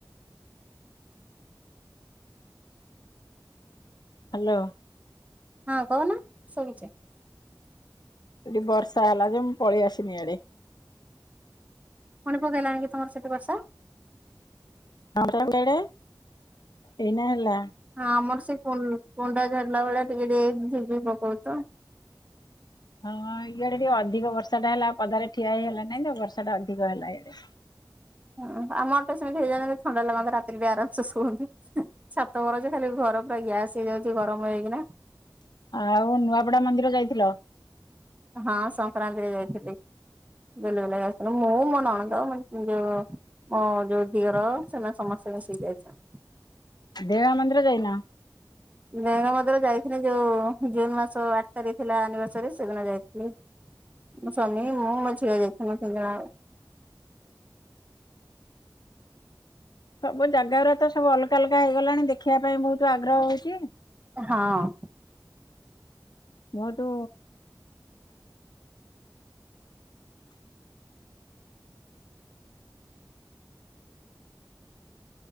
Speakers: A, on the left; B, on the right.
A: ହ୍ୟାଲୋ।
B: ହଁ କହୁନ ଶୁଭୁଚି।
A: ଏଠି ବର୍ଷା ହେଲା ଯେ ମୁଁ ପଳେଇ ଆସିନି ଇଆଡେ।
B: ପୁଣି ପକେଇଲାଣି କି ତମର ସେଠି ବର୍ଷା।
A: <unintelligible> ଏଇନା ହେଲା।
B: ହଁ ଆମର ସେ କୁଁ କୁଣ୍ଡା ଝାରିଲା ଭଳିଆ ଟିକେ ଟିକେ ଝିିପ୍ ଝିପ୍ ପକଉଚି ତ।
A: ହଁ ଇଆଡେ ଟିକେ ଅଧିକ ବର୍ଷା ଟା ହେଲା ପଦାରେ ଠିଆ ହେଇ ହେଲା ନାଇଁ ତ ବର୍ଷା ଟା ଅଧିକ ହେଲା ଇଆଡେ।
B: ହୁଁ ଆମ ଆଟେ ସେମିତି ହେଇଯାନ୍ତା କି ଥଣ୍ଡା ଲାଗନ୍ତା ରାତିରେ ଟିକେ ଆରାମସେ ଶୁଅନ୍ତୁ। ଛାତ ଉପର ଯେ ଖାଲି ଘର ପୁରା ଗ୍ୟାସ୍ ହେଇଯାଉଛି ଗରମ ହେଇକିନା।
A: ଆଉ ନୂଆପଡା ମନ୍ଦିର ଯାଇଥିଲ।
B: ହଁ ସଂକ୍ରାନ୍ତିରେ ଯାଇଥିଲି। ବୁଲିବୁଲା କି ଆସିଥିଲୁ ମୁଁ ମୋ ନଣନ୍ଦ ମୋ <unintelligible> ମୋ ଯୋଉ ଦିଅର ସେମାନେ ସମସ୍ତେ ମିଶିକି ଯାଇଥି
A: ଦେଏଗାଁ ମନ୍ଦିର ଯାଇନ।
B: ଦେଏଙ୍ଗା ମନ୍ଦିରେ ଯାଇଥିନି ଯୋଉ ଜୁନ ମାସ ଆଠ ତାରିଖ ଥିଲା ଆନିଭର୍ସରୀ ସେଦିନ ଯାଇଥିଲି। ମୋ ସ୍ୱାମୀ ମୁଁ ମୋ ଝିଅ ଯାଇଥିନୁ ତିନି ଜଣଆଙ୍କ।
A: ସବୁ ଜାଗା ଉରା ତ ସବୁ ଅଲଗା ଅଲଗା ହେଇଗଲାଣି ଦେଖିବା ପାଇଁ ବହୁତ ଆଗ୍ରହ ହଉଛି।
B: ହଁ।
A: ବୋହୁତୁ